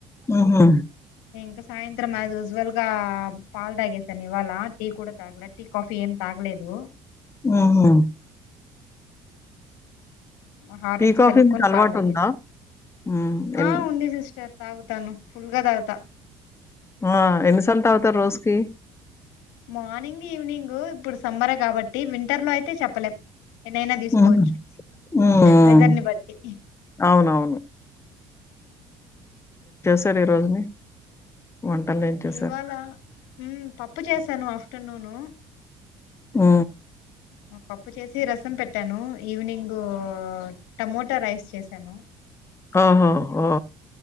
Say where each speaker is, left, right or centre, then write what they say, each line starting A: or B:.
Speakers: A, on the left; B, on the left.
A: ఒహొ
B: ఇంకా సాయంత్రం అ యూజువల్ గా పాలు తాగేసాను ఇవాళ టీ కూడా తాగలేదు టీ కాఫీ ఏం తాగలేదు
A: ఒహొ
B: ఉ హార్లిక్స్
A: టీ కాఫీ
B: కలుపుకని
A: మీకు అలవాటు
B: పాలు తాగేసా
A: ఉందా హ్మ్ ఎన్
B: ఆ ఉంది సస్టర్ తాగుతాను ఫుల్గా తాగుత
A: ఆ ఎన్నిసార్లు తాగుతారు రోజుకి
B: మార్నింగ్ ఈవినింగ్ ఇప్పుడు సమ్మర కాబట్టి వింటర్ లో అయితే చెప్పలేం ఎన్నైనా తీసుకోవచ్చు
A: హ్మ్. హ్మ్.
B: వెదర్ని బట్టి
A: అవునవును. సర రోజుని వంటలేం చేశారు?
B: ఇవాళ ఉ పప్ పప్పు చేశాను ఆఫ్టర్నూను
A: ఉ
B: పప్పు చేసి రసం పెట్టాను ఈవినింగు టమోటా రైస్ చేసాను
A: ఆహా ఒ